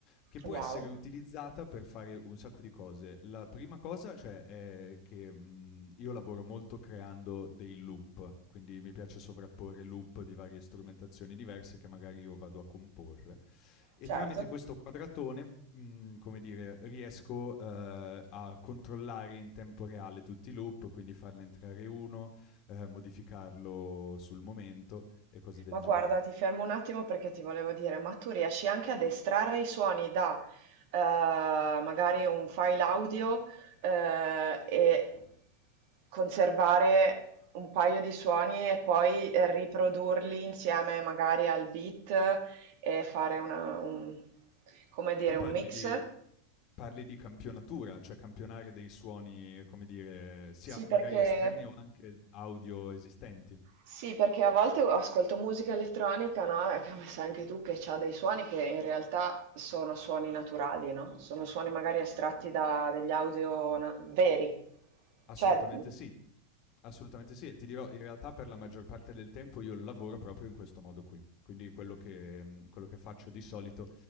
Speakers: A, on the left; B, on the right.
A: che può
B: Wow,
A: essere utilizzata per fare un sacco di cose. La prima cosa, cioè, è che, mhmm, io lavoro molto creando dei loop, quindi mi piace sovrapporre loop di varie strumentazioni diverse che magari io vado a comporre e
B: certo.
A: tramite questo quadratone, mhmm, come dire, riesco, ehm, a controllare in tempo reale tutti i loop, quindi farne entrare 1, ehm, modificarlo sul momento e cose del
B: Ma guarda,
A: genere.
B: ti fermo un attimo perché ti volevo dire, ma tu riesci anche ad estrarre i suoni da eh, magari un file audio eh, e conservare un paio di suoni e poi eh, riprodurli insieme magari al beat e fare una, un, come dire,
A: Tu
B: un
A: parli
B: mix?
A: di Parli di campionatura, cioè campionare dei suoni, come dire, sia
B: Sì, perché...
A: magari esterni o anche audio esistenti.
B: Sì, perché a volte ascolto musica elettronica, no, e come sai anche tu, che ha dei suoni che in realtà sono suoni naturali, no? Sono suoni magari estratti da degli audio na- veri.
A: Assolutamente
B: Cioè, mm,
A: sì, assolutamente sì. E ti dirò, in realtà per la maggior parte del tempo io lavoro proprio in questo modo qui. Quindi quello che, mhmm, quello che faccio di solito